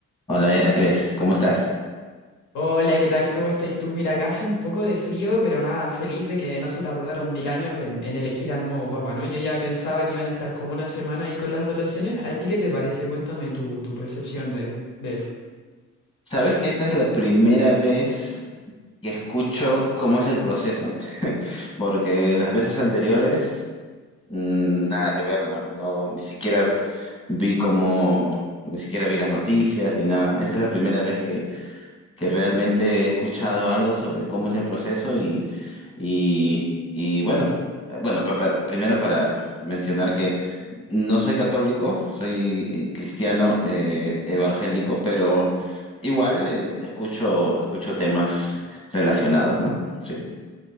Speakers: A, on the left (about 20°); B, on the left (about 80°).
A: Hola, Heracles, ¿cómo estás?
B: Hola, ¿qué tal? ¿Cómo estás tú? Mira, acá hace un poco de frío, pero nada, feliz de que no se tardaron mil años en, en elegir al nuevo papa, ¿no? Yo ya pensaba que iban a estar como una semana ahí con las votaciones. ¿A ti qué te parece? Cuéntame tu, tu percepción de, de eso.
A: ¿Sabes que esta es la primera vez que escucho cómo es el proceso? Porque las veces anteriores, mm, nada que ver, no, no, ni siquiera vi cómo, ni siquiera vi las noticias ni nada. Esta es la primera vez que, que realmente he escuchado algo sobre cómo es el proceso y, y, y bueno, eh, bueno, pa- pa- primero para mencionar que No soy católico, soy eh, cristiano eh, evangélico, pero igual eh, escucho, escucho temas relacionados, ¿no? Sí,